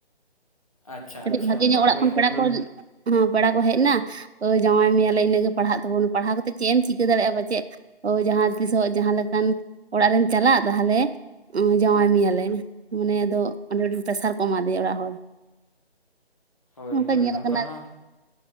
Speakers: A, on the left (about 30°); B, on the right (about 75°).
A: ᱟᱪᱪᱷᱟ
B: ᱠᱟᱹᱴᱤᱡ
A: ᱟᱪᱪᱷᱟ
B: ᱵᱷᱟᱜᱮ
A: ᱚᱱᱠᱟ
B: ᱧᱚᱜ ᱚᱲᱟᱜ
A: ᱦᱳᱭ
B: ᱠᱷᱚᱱ
A: ᱦᱚᱸ
B: ᱯᱮᱲᱟ
A: ᱫᱟ
B: ᱠᱚ᱾ ᱦᱮᱸ ᱯᱮᱲᱟ ᱠᱚ ᱦᱮᱡ ᱱᱟ ᱛᱚ ᱡᱟᱶᱟᱭ ᱢᱮᱭᱟᱞᱮ ᱤᱱᱟᱹᱜ ᱜᱮ ᱯᱟᱲᱦᱟᱜ ᱛᱟᱵᱚᱱᱟ ᱯᱟᱲᱦᱟᱣ ᱠᱟᱛᱮᱫ ᱪᱮᱫ ᱮᱢ ᱪᱤᱠᱟᱹ ᱫᱟᱲᱮᱭᱟᱜᱼᱟ ᱯᱟᱪᱮᱫ, ᱚ ᱡᱟᱦᱟᱸ ᱛᱤᱥᱚᱜ ᱡᱟᱦᱟᱸ ᱞᱮᱠᱟᱱ ᱚᱲᱟᱜ ᱨᱮᱢ ᱪᱟᱞᱟᱜ ᱛᱟᱦᱚᱞᱮᱼᱼ ᱡᱟᱶᱟᱭ ᱢᱮᱭᱟᱞᱮ ᱢᱟᱱᱮ ᱟᱫᱚ ᱯᱮᱥᱟᱨ ᱠᱚ ᱮᱢᱟᱫᱮᱭᱟ ᱚᱲᱟᱜ ᱦᱚᱲ᱾
A: ᱦᱳᱭ
B: ᱱᱚᱝᱠᱟ
A: ᱦᱳᱭ
B: ᱧᱮᱞ ᱠᱟᱱᱟ
A: ᱦᱚᱸ